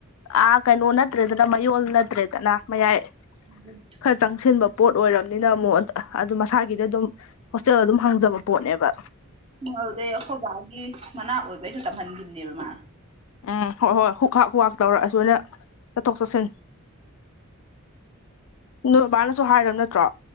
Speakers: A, on the left (about 70°); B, on the right (about 25°).
A: ꯑ ꯀꯩꯅꯣ ꯅꯠꯇ꯭ꯔꯦꯗꯅ ꯃꯌꯣꯜ ꯅꯠꯇ꯭ꯔꯦꯗꯅ ꯃꯌꯥꯏ
B: <unintelligible>
A: ꯈꯔ ꯆꯪꯁꯤꯟꯕ ꯄꯣꯠ ꯑꯣꯏꯔꯕꯅꯤꯅ ꯑꯃꯨꯛ ꯑ ꯑꯗꯨ ꯃꯁꯥꯒꯤꯗ ꯗꯨꯝ ꯍꯣꯁꯇꯦꯜ ꯑꯗꯨꯝ ꯍꯥꯡꯖꯕ ꯄꯣꯠꯅꯦꯕ
B: ꯑꯗꯨꯗꯩ ꯑꯩꯈꯣꯏꯕꯥꯒꯤ ꯃꯅꯥꯛ ꯑꯣꯏꯕꯩꯁꯨ ꯇꯝꯍꯟꯈꯤꯝꯅꯦꯕ ꯃꯥ
A: ꯎꯝ ꯍꯣꯏ ꯍꯣꯏ ꯍꯨꯛ ꯍꯥꯛ ꯍꯨꯛ ꯍꯥꯛ ꯇꯧꯔꯛꯑꯁꯨꯅ ꯆꯠꯊꯣꯛ ꯆꯠꯁꯤꯟ ꯅꯣꯏꯕꯥꯅꯁꯨ ꯍꯥꯏꯔꯝ ꯅꯠꯇ꯭ꯔꯣ